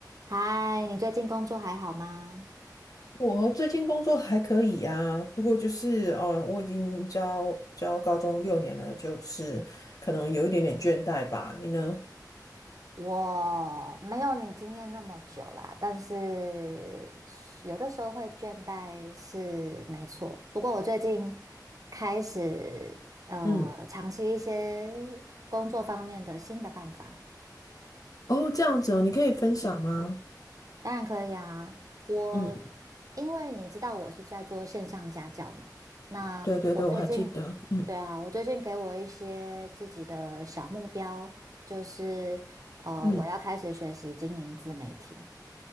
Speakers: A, on the right; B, on the left.
A: 嗨，你最近工作还好吗？
B: 我最近工作还可以呀、不过就是哦，我已经教教高中六年了，就是可能有一点点倦怠吧。你呢？
A: 我没有你经验那么久啦，但是有的时候会倦怠是没错。不过我最近开始呃尝试一些
B: 嗯，
A: 工作方面的新的办法。
B: 哦，这样子哦，你可以分享吗？
A: 当然可以啊，我
B: 嗯，
A: 因为你知道我是在做线上家教嘛，那我最近，
B: 对对对，我还记得。嗯
A: 对啊，我最近给我一些自己的小目标，就是呃，
B: 嗯，
A: 我要开始学习经营自媒体，